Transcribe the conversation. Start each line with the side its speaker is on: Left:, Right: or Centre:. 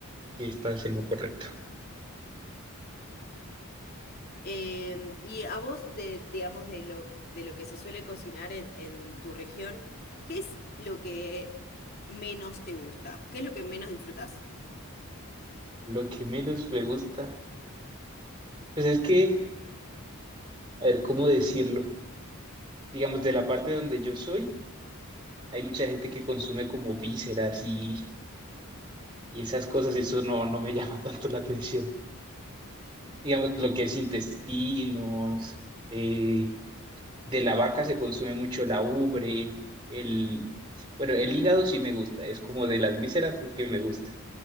Right: sí estás en lo correcto.
Left: Em, y a vos, de, digamos, de lo, de lo que se suele cocinar en, en tu región, ¿qué es lo que menos te gusta? ¿Qué es lo que menos disfrutas?
Right: Lo que menos me gusta, pues es que, a ver, ¿cómo decirlo? Digamos, de la parte donde yo soy, hay mucha gente que consume como vísceras y, y esas cosas, eso no, no me <laughs> llama tanto la atención. digamos, lo que es intestinos, eh, de la vaca se consume mucho la ubre, el, bueno, el hígado sí me gusta, es como de las vísceras lo que me gusta,